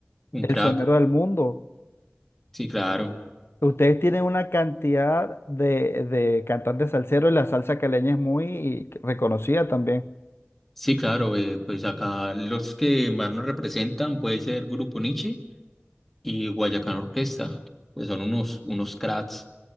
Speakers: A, in the centre; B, on the left.
A: Un
B: El
A: crack.
B: sonero del mundo.
A: Sí, claro.
B: Ustedes tienen una cantidad de, de cantantes salseros y la salsa caleña es muy reconocida también.
A: Sí, claro. eh, pues acá los que más nos representan puede ser Grupo Niche y Guayacán Orquesta. Pues son unos, unos cracks.